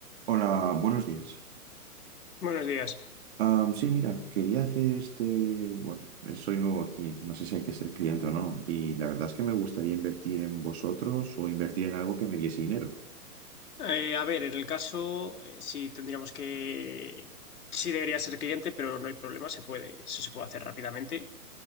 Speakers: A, on the right; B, on the left.
A: Hola, buenos días.
B: Buenos días.
A: Am, sí, mira, quería hacer este, bueno, soy nuevo aquí, no sé si hay que ser cliente o no, y la verdad es que me gustaría invertir en vosotros o invertir en algo que me diese dinero.
B: Eh, a ver, en el caso, eh, sí tendríamos que, sí debería ser cliente, pero no hay problema, se puede, eso se puede hacer rápidamente.